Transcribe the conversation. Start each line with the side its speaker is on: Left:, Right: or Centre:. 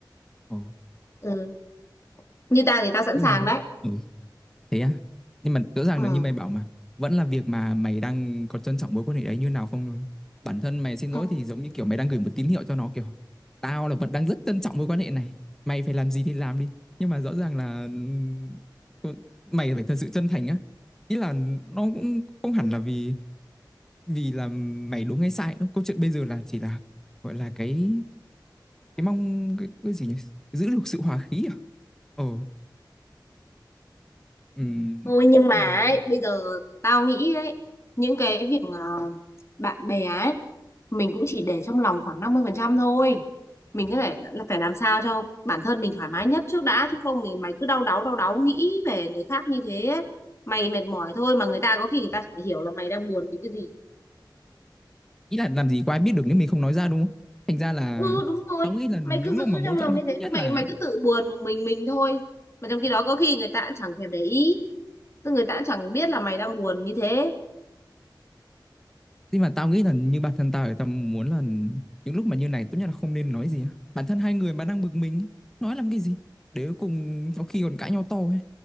Centre: ồ.
Left: ừ. như tao thì tao sẵn
Centre: Nhưng
Left: sàng
Centre: mà
Left: đấy
Centre: ừ, Thế á? Nhưng mà rõ ràng
Left: ừ.
Centre: là như mày bảo mà vẫn là việc mà mày đang có trân trọng mối quan hệ đấy như nào không thôi. Bản thân mày xin lỗi
Left: Ừ.
Centre: thì giống như kiểu mày đang gửi một tín hiệu cho nó kiểu tao là vẫn đang rất trân trọng mối quan hệ này. Mày phải làm gì thì làm đi. Nhưng mà rõ ràng là ừm, mày phải thật sự chân thành á. Ý là nó cũng không hẳn là vì vì là mày đúng hay sai nữa. Câu chuyện bây giờ là chỉ là gọi là cái cái mong cái, cái gì nhỉ? Giữ được sự hòa khí à? Ờ. ừm,
Left: thôi nhưng mà
Centre: Nhưng mà
Left: ấy, bây giờ tao nghĩ ấy những cái việc ờ, bạn bè ấy mình cũng chỉ để trong lòng khoảng 50% thôi mình cứ phải là phải làm sao cho bản thân mình thoải mái nhất trước đã chứ không thì mày cứ đau đáu đau đáu nghĩ về người khác như thế ấy. mày mệt mỏi thôi mà người ta có khi người ta chả hiểu là mày đang buồn vì cái gì
Centre: ý là làm gì có ai biết được nếu mình không nói ra đúng không thành ra là
Left: ừ đúng rồi
Centre: tao nghĩ là những
Left: mày cứ giữ
Centre: lúc mà mâu
Left: trong
Centre: thuẫn
Left: lòng
Centre: thì
Left: như
Centre: tốt
Left: thế
Centre: nhất
Left: mày
Centre: là
Left: mày cứ tự buồn một mình mình thôi mà trong khi đó có khi người ta cũng chẳng thèm để ý tức người ta cũng chẳng biết là mày đang buồn như thế
Centre: nhưng mà tao nghĩ là như bản thân tao thì tao muốn là những lúc mà như này tốt nhất là không nên nói gì á. bản thân hai người mà đang bực mình ấy, nói làm cái gì để cuối cùng có khi còn cãi nhau to ấy